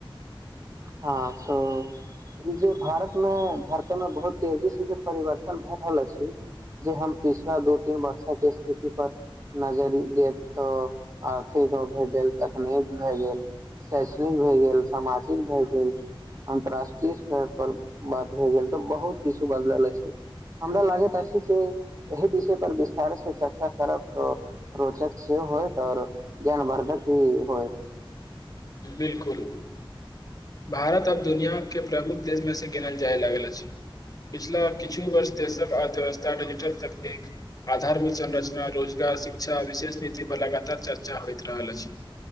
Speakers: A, on the right (about 35°); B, on the left (about 40°).
A: हँ तऽ ई जे भारत मे भारत मे बहुत तेजी से जे परिवर्तन भए रहल अछि जे हम पिछला दू तीन वर्ष के स्थिति पर नजरि देब तऽ आर्थिक भ गेल तकनीक भ गेल शैक्षणिक भ गेल सामाजिक भ गेल अन्तराष्ट्रीय स्तर पर बात भऽ गेल तऽ बहुत किछु बदलल अछि हमरा लागैत अछि जे एहि विषय पर विस्तार से चर्चा करब तऽ रोचक सेहो होयत आओर ज्ञानवर्धक भी होयत
B: बिल्कुल भारत आब दुनियाक प्रमुख देशमेसँ गिनल जाय लागल अछि पिछिला किछु वर्ष देशक अर्थव्यवस्था डिजिटल तकनीक आधारभूत संरचना रोजगार शिक्षा आ विशेष नीति पर लगातार चर्चा होइत रहल अछि